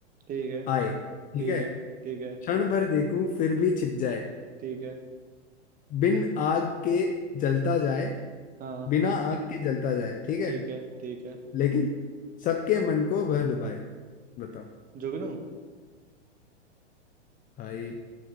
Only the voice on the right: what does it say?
ठीक है
ठीक
है ठीक है
ठीक है
हाँ
हाँ,
ठीक है ठीक है
जोगिनू